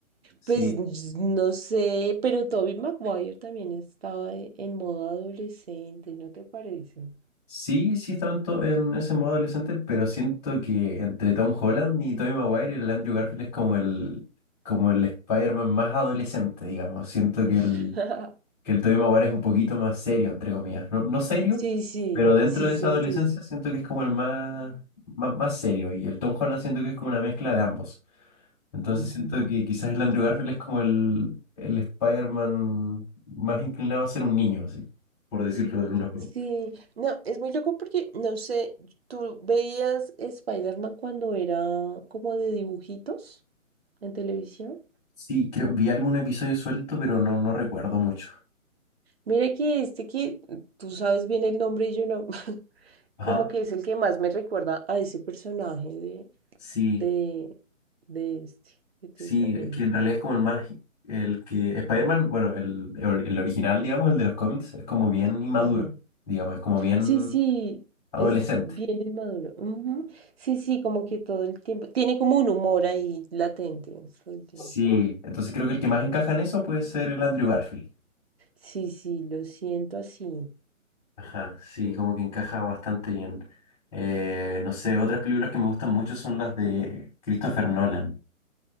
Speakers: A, on the left; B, on the right.
A: Sí,
B: Pues no sé, pero Toby Maguire también estaba e- en modo adolescente, ¿no te parece?
A: Sí, sí estaban to- en ese modo adolescente, pero siento que entre Tom Holland y Tobey Maguire, el Andrew Garfield es como el, como el Spider-Man más adolescente, digamos. Siento que
B: <laughs>
A: el, que el Tobey Maguire es un poquito más serio, entre comillas. No, no serio,
B: Sí, sí,
A: pero dentro
B: sí
A: de esa
B: sentí.
A: adolescencia siento que es como el más, más, más serio. Y el Tom Holland siento que es como una mezcla de ambos. Entonces
B: Ujú.
A: siento que quizás el Andrew Garfield es como el, el Spider-Man más inclinado a ser un niño, así, por decirlo de una forma.
B: Sí, no, es muy loco porque, no sé, ¿tú veías Spider-Man cuando era como de dibujitos en televisión?
A: Sí, creo, vi algún episodio suelto, pero no, no recuerdo mucho.
B: Mira que este que tú sabes bien el nombre y yo no. <laughs>
A: Ajá.
B: como que es el que más me recuerda a ese personaje de,
A: Sí,
B: de, de este que te
A: sí,
B: comento.
A: es que en realidad es como el más, el que, Spider-Man, bueno, el, el el original, digamos, el de los cómics, es como bien inmaduro,
B: Ujú.
A: digamos, es como bien
B: Sí, sí,
A: adolescente.
B: es bien inmaduro. Ujú. Sí, sí, como que todo el tiempo. Tiene como un humor ahí latente todo el tiempo.
A: Sí, entonces creo que el que más encaja en eso puede ser el Andrew Garfield.
B: Sí, sí, lo siento así.
A: Ajá, sí, como que encaja bastante bien. Eh, no sé, otras películas que me gustan mucho son las de Christopher Nolan.